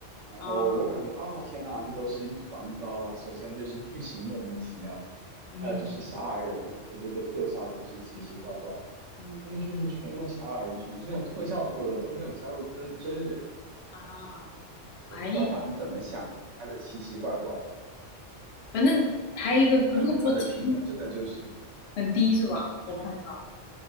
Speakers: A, on the right; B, on the left.
A: 然后我感觉啊，
B: 啊，
A: 天呐，这都是一团糟啊！首先就是剧情莫名其妙，
B: 嗯
A: 还有就是小矮人的这个特效也是奇奇怪怪的，
B: 嗯
A: 他们就是全用小矮人，全是用特效做的，都没有加入真真人，
B: 啊，
A: 也不知道他们是怎么想的，
B: 哎呀，
A: 拍的奇奇怪怪。
B: 反正还有一个，
A: 我感觉他的评分真的就是，
B: 如果说情很低是吧？
A: 嗯，你说？
B: 我看到了。